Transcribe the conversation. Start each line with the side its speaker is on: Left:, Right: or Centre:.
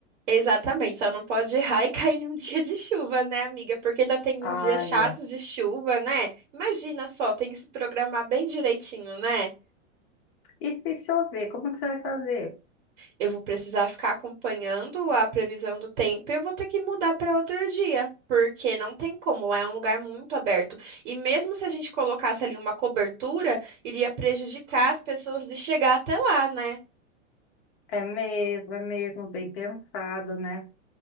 Right: Exatamente, só não pode errar e <laughs> cair em um <laughs> dia de chuva, né, amiga? Porque tá tendo
Left: Ah,
Right: uns dias chatos
Left: é.
Right: de chuva, né? Imagina só, tem que se programar bem direitinho, né?
Left: E se chover, como que você vai fazer?
Right: Eu vou precisar ficar acompanhando a previsão do tempo e eu vou ter que mudar para outro dia, porque não tem como, lá é um lugar muito aberto. E mesmo se a gente colocasse ali uma cobertura, iria prejudicar as pessoas de chegar até lá, né?
Left: É mesmo, é mesmo, bem pensado, né?